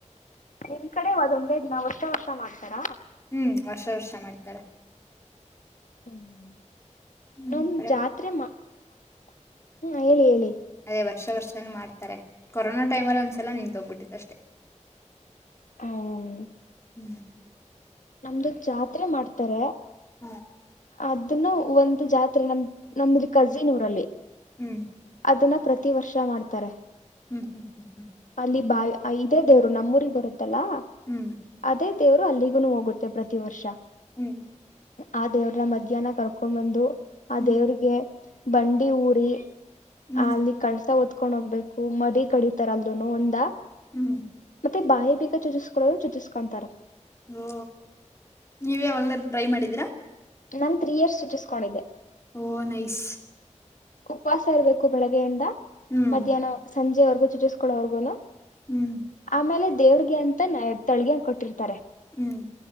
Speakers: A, on the left; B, on the left.
A: ನಿಮ್ ಕಡೆ ಅದೇ ಒಂದೇ ವರ್ಷ ವರ್ಷ ಮಾಡ್ತಾರ
B: ಹ್ಮ್ ವರ್ಷ ವರ್ಷ ಮಾಡ್ತಾರೆ
A: ಹ್ಮ್
B: ಹ್ಮ್
A: ಇದೊಂದು
B: ಬರೀ
A: ಜಾತ್ರೆ ಹ್ಮ್ ಹೇಳಿಹೇಳಿ
B: ಅದೇ ವರ್ಷ ವರ್ಷನು ಮಾಡ್ತಾರೆ ಕರೋನಾ ಟೈಮ್ ನಲ್ಲಿ ಒಂದ್ಸಲಿ ನಿಂತೋಗ್ಬಿಟ್ಟೇತು ಅಷ್ಟೇ
A: ಓಹ್
B: <inaudible>
A: ನಮ್ದು ಜಾತ್ರೆ ಮಾಡ್ತಾರೆ
B: ಹ್ಮ್
A: ಅದನ್ನು ಒಂದು ಜಾತ್ರೆ ನಮ ನಮ್ರ ಕಜಿನ್ ಊರಲ್ಲಿ
B: ಹ್ಮ್
A: ಅದನ್ನ ಪ್ರತಿ ವರ್ಷ ಮಾಡ್ತಾರೆ
B: ಹ್ಮ್ ಹ್ಮ್ ಹ್ ಹ್
A: ಅಲ್ಲಿ ಬಾಯ ಇದೇ ದೇವ್ರು ನಮ್ಮೂಊರಿಗೆ ಬರದ ತಲಾ
B: ಹ್ಮ್
A: ಅದೇ ದೇವರು ಅಲ್ಲಿಗುೂ ಹೋಗುತ್ತೆ ಪ್ರತಿ ವರ್ಷ
B: ಹ್ಮ್
A: ಆ ದೇವ್ರನ್ನ ಮಧ್ಯಾಹ್ನ ಕರ್ಕೊಂಡ್ ಬಂದು ಆ
B: ಹ್ಮ್
A: ದೇವರಿಗೆ ಬಂಡಿ ಊರಿ
B: ಹ್ಮ್
A: ಆ
B: ಹ್ಮ್
A: ಅಲ್ಲಿ ಕಳಸಹೊತ್ತ ಕಕೊಂಡ್ ಹೋಗ್ಬೇಕು ಮದಿ ಕಡಿತಾರ ದನೋ ಒಂದ
B: ಹ್ಮ್
A: ಮತ್ತೆ ಬಾಯಿ ಬೇಗ ಚುಚಿಸ್ಕೊಳ್ಳೋರು ಚುಚಿಸಕೊಂತಾರ
B: ಹೋ ನೀವ ಅವಲ್ಲ ಟ್ರೈ ಮಾಡಿದೀರಾ
A: ನಾನು ತ್ರೀ ಇಯರ್ಸ್ ಸೂಚಿಸ್ಕೊಂಡಿದ್ದೆ
B: ಓ ನೈಸ್
A: ಉಪವಾಸ ಇರ್ಬೇಕು ಬೆಳಗ್ಗೆಯಿಂದ
B: ಹ್ಮ್
A: ಮಧ್ಯಾಹ್ನ ಸಂಜೆವರ್ಗೂ ಚುಟಸ್ಕಳವರ್ಗೂನಾ
B: ಹ್ಮ್
A: ಆಮೇಲೆ ದೇವ್ರಗೆ ಅಂತ ನ ತಳ್ಗೆ ಹ ಕೊಟ್ಟಿರ್ತಾರೆ
B: ಹ್ಮ್